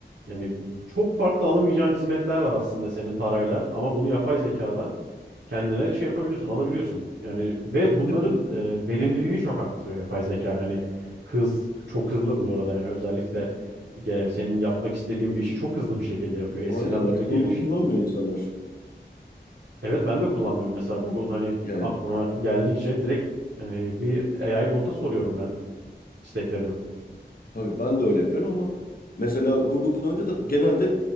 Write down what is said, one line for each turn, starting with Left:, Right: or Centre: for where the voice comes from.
Right: yani çok farklı alamayacağın hizmetler var aslında senin parayla ama bunu yapay zekala kendine şey yapabiliyorsun, alabiliyorsun. Yani ve bunların
Left: Ve bu-
Right: e, verimliliğini çok arttırıyor yapay zeka. Hani hız çok hızlı bu arada yani özellikle e, senin yapmak istediğin bir işi çok hızlı bir şekilde yapıyor. Eskiden
Left: Aynen artık
Right: böyle değilmiş.
Left: Google kullanmıyor insanlar.
Right: Evet ben de kullanmıyorum mesela Google hani
Left: Yani.
Right: aklıma geldikçe direkt hani bir AI bota soruyorum ben isteklerimi.
Left: Tabii ben de öyle yapıyorum ama mesela Google kullanınca da genelde